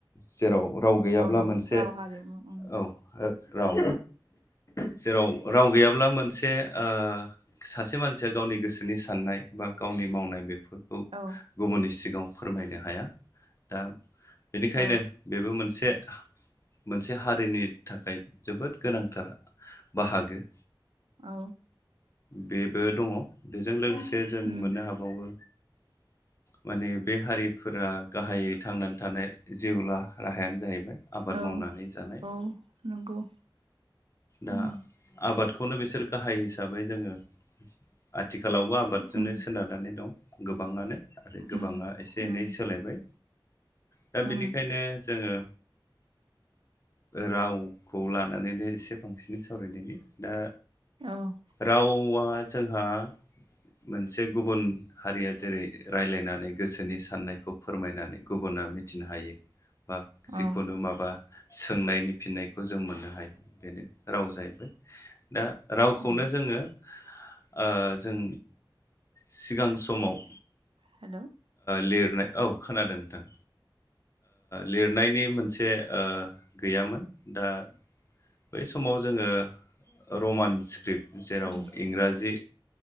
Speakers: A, on the left; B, on the right.
A: जेराव राव गैयाब्ला
B: दं
A: मोनसे
B: राव हारिमु उम
A: औ राव
B: उम
A: जेराव राव गैयाब्ला मोनसे ओ सासे मानसिया गावनि गोसो सोनि साननाय बा गावनि मावनाय बेफोरखौ
B: औ
A: गुबुननि सिगाङाव फोरमायनो हाया दा बेनिखायनो
B: औ
A: बेबो मोनसे मोनसे हारिनि थाखाय जोबोद गोनांथार बाहागो
B: औ
A: बेबो दङ बेजों लोगोसे जों
B: उम
A: मोननो हाबावो माने बे हारिफोरा गाहायै थांनानै थानाय जिउला राहायानो जाहैबाय आबाद
B: औ
A: मावनानै जानाय
B: औ नंगौ
A: दा
B: उम
A: आबादखौनो बिसोर गाहाय हिसाबै जोङो आथिखालावबो आबादजोंनो
B: उम
A: सोनारनानै दं गोबाङानो आरो गोबाङा
B: उम
A: एसे
B: उम
A: एनै सोलायबाय दा बेनिखायनो
B: उम
A: जोङो रावखौ लानानैनो एसे बांसिनै सावरायनायनि दा
B: औ
A: रावा जोंहा मोनसे गुबुन हारिया जेरै रायलायनानै गोसोनि साननायखौ फोरमायनानै गुबुना मिथिनो हायो बा जिखुनु
B: औ
A: माबा सोंनायनि फिननायखौ जों मोननो हायो बेनो राव जाहैबाय दा रावखौनो
B: उम
A: जोङो ओ जों सिगां समाव
B: जे हेलौ
A: लिरनाय ओ औ खोनादोंथों लिरनायनि मोनसे गैयामोन दा बै समाव जोङो रमान स्क्रिप्ट जेराव
B: उम
A: इंराजि